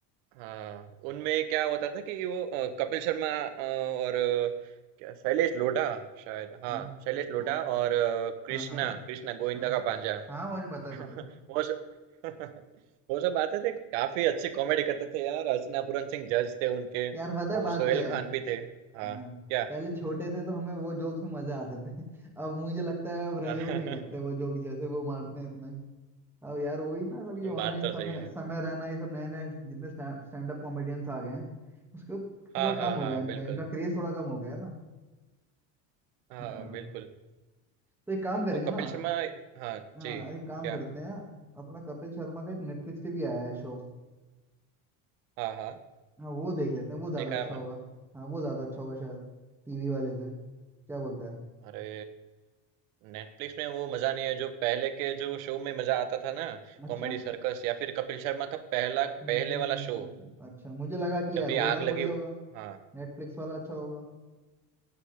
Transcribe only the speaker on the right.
हाँ उनमें क्या होता था कि वो अ, कपिल शर्मा अ, और अ, क्या शैलेश लोढ़ा शायद हाँ
शैलेश लोढ़ा
और अ, कृष्णा
कृष्णा गोविंदा
का भांजा
<laughs>
वो
स- <laughs> वो सब आते थे काफी अच्छी कॉमेडी करते थे यार अर्चना पूरन सिंह जज थे उनके
वो
सोहेल
खान
भी थे हाँ
क्या
<laughs>
बात तो
सही है
हाँ,
हाँ,
हाँ,
बिल्कुल।
हाँ,
बिल्कुल।
वो कपिल
शर्मा हाँ,
जी, क्या?
हाँ, हाँ,
देखा
है मैंने।
अरे! नेटफ्लिक्स में वो मज़ा नहीं है जो पहले के जो शो में मज़ा आता था ना,
कॉमेडी सर्कस या फिर कपिल शर्मा का पहला पहले
वाला शो,
जब
ये
आग
लगी
हाँ।